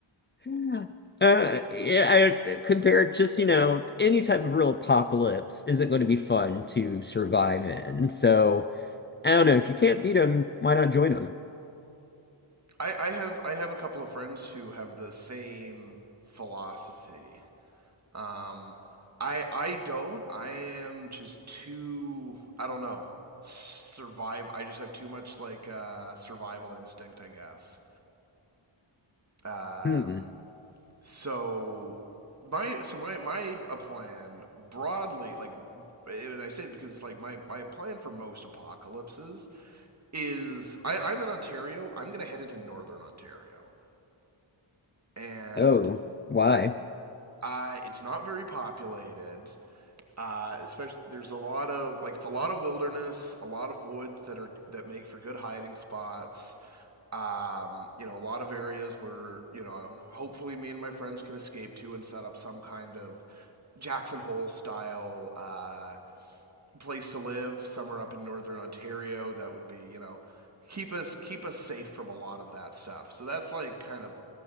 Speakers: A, on the left; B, on the right.
A: Yeah. uh yeah, I compared just, you know, any type of real apocalypse isn't going to be fun to survive in. So, I don't know, if you can't beat them, why not join them?
B: <laughs> I, I have I have a couple of friends who have the same philosophy Um, I I don't. I am just too. I don't know. Survive. I just have too much like uh, survival instinct, I guess. Um,
A: Hmm.
B: so my so my my a plan broadly like and i say it because it's like my my plan for most apocalypses is I, i'm in ontario i'm going to head into northern ontario and
A: Oh, why?
B: I it's not very populated Uh, especially there's a lot of like it's a lot of wilderness, a lot of woods that are that make for good hiding spots. Um, you know, a lot of areas where you know hopefully me and my friends can escape to and set up some kind of Jackson Hole style uh, place to live somewhere up in northern Ontario that would be you know keep us keep us safe from a lot of that stuff. So that's like kind of